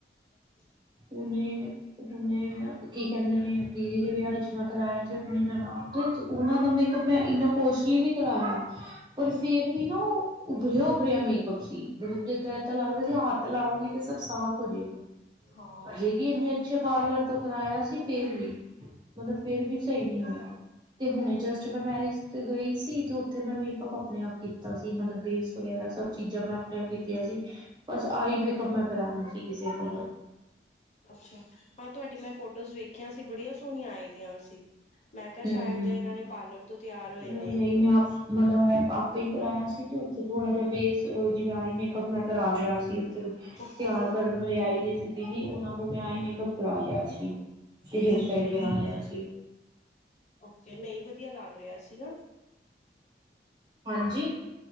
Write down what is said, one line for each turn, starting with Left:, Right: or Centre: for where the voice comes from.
Left: <unintelligible>
Right: ਉਹਨੇ ਹੁਣੇ ਕੀ ਕਹਿੰਦੇ ਨੇ, ਦੀਦੀ ਦੇ ਵਿਆਹ ਵਿੱਚ ਨਾ ਕਰਵਾਇਆ ਜੇ, ਆਪਣੀ ਨਨਾਣ ਉਹਨਾਂ ਦਾ ਮੇਕਅੱਪ ਮੈਂ, ਇੰਨਾ ਕੋਸਟਲੀ ਵੀ ਕਰਾਇਆ ਪਰ ਫਿਰ ਵੀ ਨਾ, ਉਹ ਉਭਰਿਆ-ਉਭਰਿਆ ਮੇਕਅੱਪ ਸੀ, ਮੱਤਲਬ ਜੇਦਾ ਏਦਾਂ ਲੱਗ ਰਿਹਾ ਸੀ, ਹੱਥ ਲਾਵਾਂਗੇ ਤੇ ਸਭ ਸਾਫ਼ ਹੋ ਜਾਏਗਾ।
Left: ਹਾਂ
Right: ਹਜੇ
Left: ਉਹੀ
Right: ਵੀ ਇੰਨੇ
Left: ਤਾਂ
Right: ਅੱਛੇ ਪਾਰਲਰ ਤੋਂ ਕਰਾਇਆ ਸੀ ਫਿਰ ਵੀ ਮੱਤਲਬ ਫਿਰ ਵੀ ਸਹੀ ਨਹੀਂ ਹੋਇਆ ਤੇ ਹੁਣੇ ਜਸਟ ਮੈਂ ਮੈਰਿਜ ਤੇ ਗਈ ਸੀ ਤੇ ਉੱਥੇ ਮੈਂ ਮੇਕਅੱਪ ਆਪਣੇ ਆਪ ਕੀਤਾ ਸੀ ਮੱਤਲਬ ਬੇਸ ਵਗੈਰਾ ਸੱਭ ਚੀਜ਼ਾਂ ਮੈਂ ਆਪਣੇ ਆਪ ਕੀਤੀਆਂ ਸੀ ਬਸ ਆ ਹੀ ਮੇਕਪ ਮੈਂ ਕਰਾਆ ਸੀ ਕਿਸੇ ਕੋਲੋ
Left: ਅੱਛਾ ਹਾਂ ਤੁਹਾਡੀ ਮੈਂ ਫੋਟੋਜ਼ ਵੇਖਿਆ ਸੀ ਬੜੀਆਂ ਸੋਹਣੀਆਂ ਆਈ ਦੀਆਂ ਸੀ ਮੈਂ ਕਿਹਾ ਸ਼ਾਇਦ
Right: ਹੂੰ
Left: ਇਹਨਾਂ ਨੇ ਪਾਰਲਰ ਤੋਂ ਤਿਆਰ ਹੋਏ
Right: ਨਹੀਂ
Left: ਨੇ
Right: ਨਹੀਂ ਮੈਂ ਆਪ ਮੱਤਲਬ ਆਪੇ ਹੀ ਕਰਵਾਇਆ ਸੀ ਤੇ ਉੱਥੇ ਥੋੜਾ ਜਿਹਾ ਬੇਸ ਜਿਵੇ ਹੀ ਮੇਕਅੱਪ ਮੈਂ ਕਰਾ ਲਿਆ ਸੀ
Left: ਓਕੇ
Right: ਤਿਆਰ ਕਰਨ ਵਾਲੇ ਆਈ ਦੇ ਸੀ ਦੀਦੀ ਉਹਨਾਂ ਕੋਲ ਮੈਂ ਹੀ ਮੇਕਅੱਪ ਕਰਾ ਲਿਆ ਸੀ ਹੇਅਰ
Left: ਓਕੇ
Right: ਸਟਾਈਲ ਕਰਾਲਿਆ
Left: ਓਕੇ
Right: ਸੀ
Left: ਓਕੇ ਨਹੀਂ ਵਧੀਆ ਲੱਗ ਰਿਹਾ ਸੀ ਨਾ
Right: ਹਾਂਜੀ